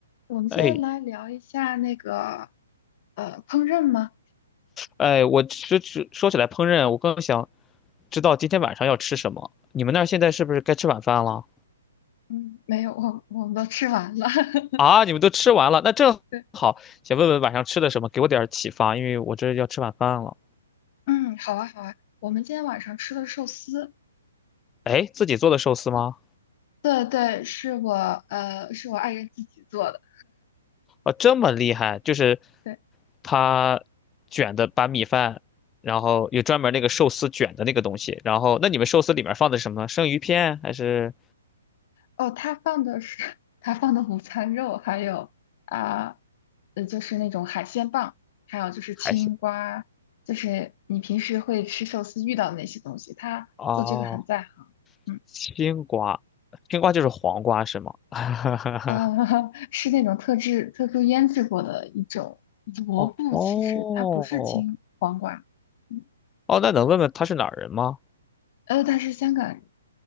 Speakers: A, on the left; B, on the left.
A: 我们现在来聊一下那个
B: 哎
A: 呃烹饪吗？
B: 哎，我只只说起来烹饪，我更想知道今天晚上要吃什么。你们那儿现在是不是该吃晚饭了？
A: 嗯，没有，我我们都吃完了。<laughs>
B: 啊，你们都吃完了，那正好，
A: 对，
B: 想问问晚上吃的什么，给我点儿启发，因为我这要吃晚饭了。
A: 嗯，好啊好啊。我们今天晚上吃的寿司，
B: 哎，自己做的寿司吗？
A: 对对，是我呃是我爱人自己做的。
B: 啊，这么厉害，就是
A: 对，
B: 他卷的，把米饭，然后有专门那个寿司卷的那个东西，然后那你们寿司里面放的是什么呢生鱼片还是
A: 哦，他放的是 <laughs> 他放的午餐肉，还有啊呃就是那种海鲜棒，还有就是青瓜，
B: 海鲜？
A: 就是你平时会吃寿司遇到的那些东西，他做这个很在行。
B: 哦，
A: 嗯。
B: 青瓜，青瓜就是黄瓜是吗？<laughs>
A: 呃，<laughs> 是那种特制、特殊腌制过的一种萝卜，
B: 哦哦
A: 其实它不是青黄瓜，嗯
B: 哦，那能问问他是哪儿人吗？
A: 呃，但是香港人